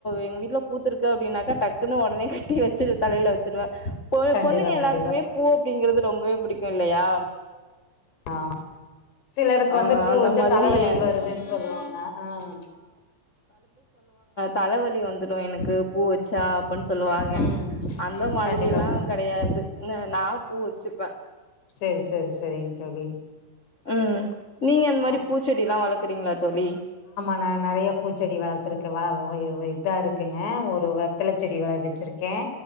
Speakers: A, on the left; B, on the left.
A: எங்க வீட்ல பூத்துருக்கு அப்டின்னா டக்குன்னு உட்னே கட்டி வச்சுட்டு தலைய வச்சிருவே பொ
B: கண்டிப்பா
A: பொண்ணுங்க எல்லாருக்குமே
B: கண்டிப்பா
A: பூ அப்டிங்கறது ரொம்பவே பிடிக்கூ இல்லையா
B: ஆஹ் சிலருக்கு
A: ஆ
B: வந்து பூ
A: அந்த
B: வச்சு
A: மாதிரி
B: தலைவலி
A: எனக்கு
B: வருதுன்னு சொல்லுவாங்க ஆஹ்
A: தலைவலி வந்துடும் எனக்கு பூ வச்சா அப்பின்னு சொல்லுவாங்க
B: ம்
A: அந்த மாதிரி
B: கண்டிப்பா
A: எல்லாம் கிடையாது நான் பூ வச்சுப்பேன்
B: சரி சரி சரிங்க தோழி
A: உம் நீங்க இந்த மாரி
B: ஆ
A: பூச்செடி எல்லாம் வளர்க வளக்ரிங்களா தோழி
B: நான் நிறையா பூச்செடி வளர்த்துருக்கேன் வ இதா இருக்குதுனு ஒரு வெத்தலை செடி வள வச்சுருக்கேன்